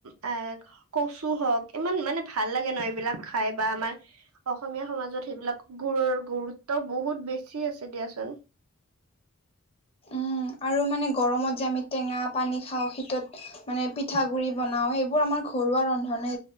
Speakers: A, on the right; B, on the left.
A: এ কচু হওক ইমান মানে ভাল লাগে ন' এইবিলাক খাই বা আমাৰ অসমীয়া সমাজত সেইবিলাক গুৰৰ গৰুত ত বহুত বেছি আছে দিয়াচোন।
B: উম আৰু মানে গৰমত যে আমি টেঙা পানী খাওঁ শীতত মানে পিঠাগুড়ি বনাও সেইবোৰ আমাৰ ঘৰুৱা ৰন্ধনে